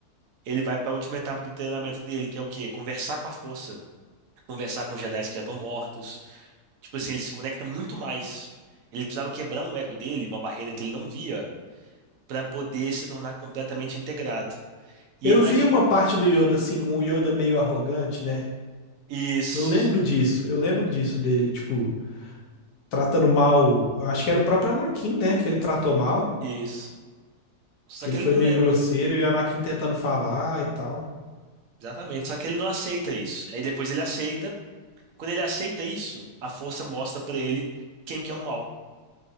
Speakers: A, on the right; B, on the left.
A: ele vai para a última etapa do treinamento dele, que é o quê? Conversar com a força, conversar com Jedi que já estão mortos. Tipo assim, ele se conecta muito mais. Ele precisava quebrar um ego dele, uma barreira que ele não via, para poder se tornar completamente integrado. E
B: Eu
A: ele não
B: vi
A: é...
B: uma parte do Yoda, assim, um Yoda meio arrogante, né?
A: Isso,
B: Eu lembro disso, eu lembro disso dele, tipo, tratando mal. Eu acho que era o próprio Anakin, né? Que ele tratou mal,
A: isso. Só
B: que
A: que
B: ele
A: ele
B: foi
A: não
B: meio
A: lembra.
B: grosseiro e o Anakin tentando falar e tal.
A: Exatamente. Só que ele não aceita isso. Aí depois ele aceita. Quando ele aceita isso, a força mostra pra ele quem que é o mal.